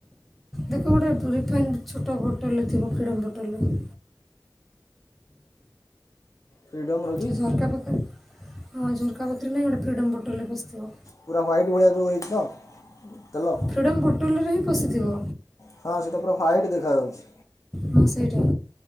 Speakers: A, in the centre; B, on the left (about 45°).
A: ଦେଖ ଗୋଟେ ରିଫାଇନ୍ ଛୋଟ ବୋଟୋଲ୍ ରେ ଥିବ ଫ୍ରିଡମ୍ ବୋଟୋଲ୍ ରେ।
B: ଫ୍ରିଡ଼ମ୍ର କି
A: ସେ ଝରକା ପାଖେ ହଁ ଝରକା ପାଖରେ ନାହିଁ ଗୋଟେ ଫ୍ରିଡ଼ମ୍ ବୋଟଲରେ ପସିଥିବ।
B: ପୁରା ହ୍ୱାଇଟ୍ ଭଳିଆ ଯଉ ହେଇଚି ତ ତେଲ?
A: ଫ୍ରିଡ଼ମ୍ ବୋଟଲ୍ ରେ ହିଁ ପସିଥିବ।
B: ହଁ ସେଇଟା ପୁରା ହ୍ୱାଇଟ୍ ଦେଖାଯାଉଚି।
A: ହଁ ସେଇଟା।